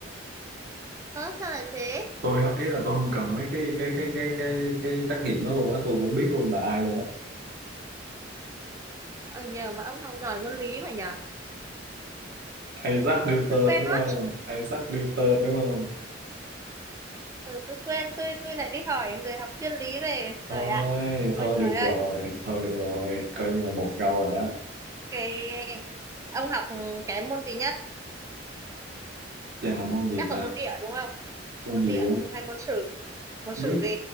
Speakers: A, on the right (about 15°); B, on the right (about 60°).
A: Ơ, sao lại thế?
B: tôi không- ý là tôi không cần mấy cái cái cái cái cái cái trắc nghiệm đó luôn á tôi cũng biết luôn là ai luôn á
A: Ờ, nhờ mà ông học giỏi môn lý mà nhờ.
B: Isaac Newton
A: Tôi quên
B: đúng
A: mất.
B: không Isaac Newton đúng không
A: Ừ, tôi quên, tôi tôi lại đi hỏi người học chuyên lý về. Trời
B: thôi
A: ạ.
B: thôi
A: Ôi trời
B: được
A: ơi.
B: rồi thôi được rồi coi như là một câu rồi đó
A: Cái... Ông học kém môn gì nhất?
B: chà môn gì
A: Chắc
B: ta
A: là môn địa đúng không?
B: môn
A: Môn
B: gì
A: địa
B: cũng
A: đúng không? Hay môn sử? Môn sử
B: không biết
A: gì?